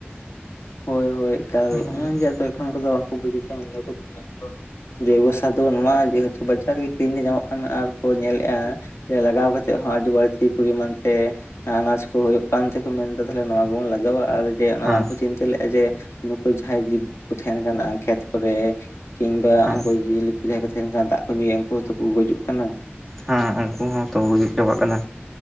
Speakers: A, on the left; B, in the centre.
A: ᱦᱚᱭ ᱦᱚᱭ ᱮᱠᱟᱞ
B: ᱦᱮᱸ
A: ᱚᱭᱡᱮ ᱮᱠᱷᱚᱱ ᱠᱚᱫᱚ ᱵᱟᱠᱚ ᱵᱩᱡᱮᱫ ᱢᱮᱱᱫᱟᱠᱚ ᱪᱤᱠᱟ. ᱪᱚᱼᱼ ᱡᱭᱵᱚᱥᱟᱨ ᱫᱚ ᱮᱢᱟᱜᱟ ᱡᱮᱦᱮᱛᱩ ᱵᱟᱡᱟᱨ ᱜᱮ ᱠᱤᱨᱤᱧ ᱛᱮ ᱧᱟᱢᱚᱜ ᱠᱟᱱᱟ ᱟᱨ ᱠᱚ ᱧᱮᱞᱮᱫᱼᱟ᱾ ᱞᱟᱜᱟᱣ ᱠᱟᱛᱮᱫ ᱦᱚᱸ ᱟᱹᱰᱤ ᱵᱟᱹᱲᱛᱤ ᱯ ᱯᱚᱨᱤᱢᱟᱱ ᱛᱮ ᱟᱱᱟᱡ ᱠᱚ ᱦᱩᱭᱩᱜ ᱠᱟᱱ ᱛᱮᱠᱚ ᱢᱮᱱ ᱮᱫᱟ ᱛᱟᱦᱞᱮ ᱱᱚᱶᱟ ᱜᱮᱵᱚᱱ ᱞᱟᱜᱟᱣᱟ ᱟᱨ ᱡᱮ ᱚᱱᱟ
B: ᱦᱮᱸ
A: ᱵᱟᱝᱠᱚ ᱪᱤᱱᱛᱟᱹ ᱞᱮᱫᱼᱟ ᱡᱮ ᱱᱩᱠᱩ ᱡᱟᱦᱟᱸᱭ ᱡᱤᱵ ᱠᱚ ᱛᱟᱦᱮᱱ ᱠᱟᱱᱟ ᱠᱷᱮᱛ ᱠᱚᱨᱮ ᱠᱤᱝᱵᱟ
B: ᱦᱮᱸ
A: ᱩᱱᱠᱩ ᱡᱤᱭᱟᱹᱞᱤ ᱠᱚ ᱡᱟᱦᱟᱸᱭ ᱠᱚ ᱛᱟᱦᱮᱱ ᱠᱟᱱᱟ, ᱫᱟᱜ ᱠᱚ ᱧᱩᱭᱮᱫᱭᱟ ᱩᱱᱠᱩ ᱦᱚᱸᱛᱚᱠᱚ ᱜᱡᱩᱜ ᱠᱟᱱᱟ᱾
B: ᱦᱮᱸ ᱩᱱᱠᱩ ᱦᱚᱸ ᱛᱚ ᱵᱟᱹᱜᱤ ᱪᱟᱵᱟᱜ ᱠᱟᱱᱟ᱾